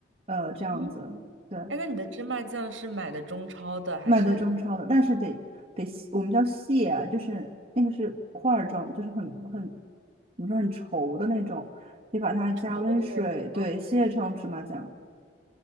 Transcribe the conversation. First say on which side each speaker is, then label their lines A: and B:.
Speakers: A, on the right; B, on the right.
A: 呃，这样子。
B: 嗯，
A: 对。
B: 哎，那你的芝麻酱是买的中超的还是
A: 卖的中超的，但是得得细我们叫蟹啊，就是那个是块儿状，就是很很怎么说很稠的那种，得把它加温水，
B: 稠的那种？
A: 对，蟹成芝麻酱。